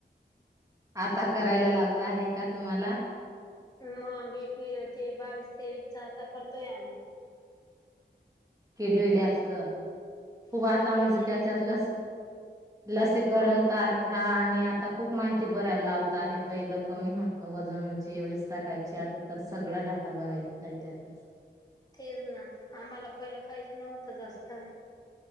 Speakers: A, on the right (about 20°); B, on the left (about 20°).
A: आता करायला लावता आहे का तुम्हाला
B: मग एकवी ते बावीस तेवीस चा आता करतोय आम्ही
A: कडवेला असत खूप
B: शेड्यूल
A: आता म्हणजे त्याच्यातलं लसीकरण
B: हा ते
A: तारखा आणि आता खूप माहिती भरायला लावत आहे पहिलं कमी होतं वजनंऊंची एवढीच टाकायची आता तर सगळा डाटा भरायचा आहे त्याच्यात.
B: तेच ना आम्हाला पहिलं काहीच नव्हत जास्त